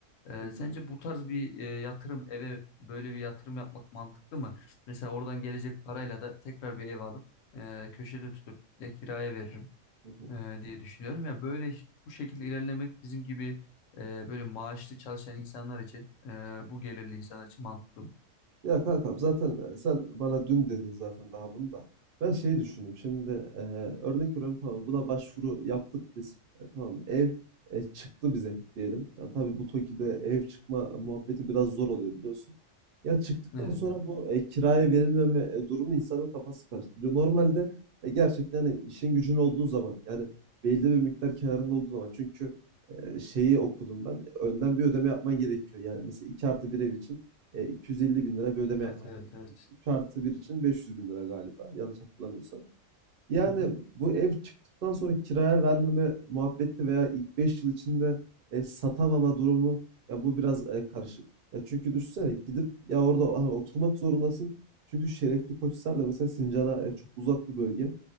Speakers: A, on the left; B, on the right.
A: Ee,
B: Hı hı,
A: sence bu tarz bir e, yatırım eve böyle bir yatırım yapmak mantıklı mı? Mesela oradan gelecek parayla da tekrar bir ev alıp e, köşede tutup ya kiraya veririm
B: hı hı.
A: e, diye düşünüyorum. Ya böyle iş- bu şekilde ilerlemek bizim gibi e, böyle maaşlı çalışan insanlar için e, bu gelirli insanlar için mantıklı mı?
B: Ya kankam zaten e, sen bana dün dedin zaten daha bunu da. Ben şeyi düşündüm. Şimdi e, örnek veriyorum tamam buna başvuru yaptık biz. E, tamam ev e, çıktı bize diyelim. Yani tabii bu TOKİ'de ev çıkma muhabbeti biraz zor oluyor biliyorsun. Ya çıktıktan
A: Evet.
B: sonra
A: evet.
B: bu e, kiraya verilmeme e, durumu insanın kafası karıştırıyor. Normalde e, gerçekten hani işin gücün olduğu zaman yani belli bir miktar kenarında olduğu zaman çünkü e, şeyi okudum ben. Önden bir ödeme yapman gerekiyor. Yani mesela 2 artı bir ev için e, 250 bin lira bir ödeme
A: Evet,
B: yapmak.
A: Ee, evet, evet.
B: 3 artı 1 için 500 bin lira galiba yanlış hatırlamıyorsam. Yani
A: Hı hı.
B: bu ev çıktıktan sonra kiraya vermeme muhabbeti veya ilk 5 yıl içinde e, satamama durumu ya bu biraz e, karışık. Ya çünkü düşünsene gidip ya orada hani oturmak zorundasın. Çünkü Şerefli Koçhisar da mesela Sincan'a e, çok uzak bir bölge.